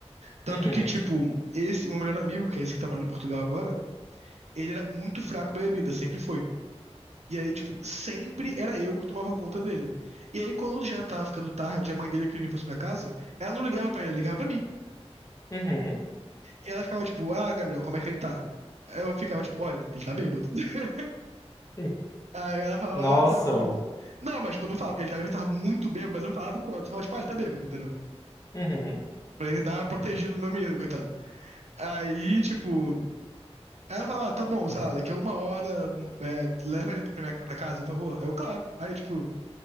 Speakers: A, on the right; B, on the left.
A: Tanto
B: Uhum,
A: que, tipo, esse, o meu melhor amigo, que é esse que tá morando em Portugal agora, ele era muito fraco pra bebida, sempre foi. E aí, tipo, sempre era eu que tomava conta dele. E aí, quando já tava ficando tarde, a mãe dele queria que ele fosse pra casa, ela não ligava pra ele, ela ligava pra mim.
B: uhum.
A: E ela ficava, tipo, ah, Gabriel, como é que ele tá? Aí Eu ficava, tipo, olha, ele tá bêbado. <laughs>
B: Hum,
A: Aí ela falava,
B: Nossa.
A: ah, tá bom. Não, mas, tipo, eu não falava. Ele tava, ele tava muito bêbado, mas eu não falava o quanto. Eu falava, tipo, ah, ele tá bêbado, entendeu?
B: Uhum.
A: Pra ele dar uma protegida no meu menino, coitado. Aí, tipo, aí ela falava, ah, tá bom, sei lá, daqui a uma hora, é, leva ele pra, minha, pra casa, por favor. Aí Eu, claro. Aí, tipo,